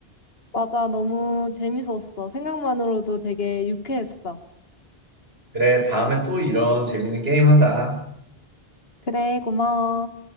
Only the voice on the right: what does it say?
그래 다음에 또 이런 재밌는 게임 하자.